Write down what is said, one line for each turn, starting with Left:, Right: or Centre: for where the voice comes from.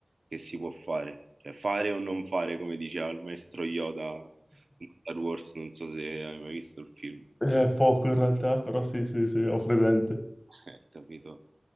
Right: che si può fare. Cioè fare o non fare, come diceva il maestro Yoda in Star Wars, non so se hai mai visto il film.
Left: È poco in realtà, però sì, sì, sì, ho presente.
Right: Eh, capito.